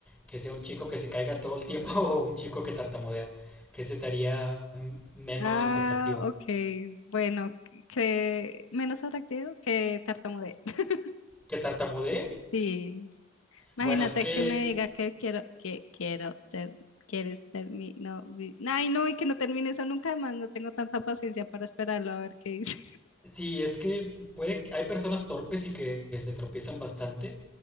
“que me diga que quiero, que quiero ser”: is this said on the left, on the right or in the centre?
Left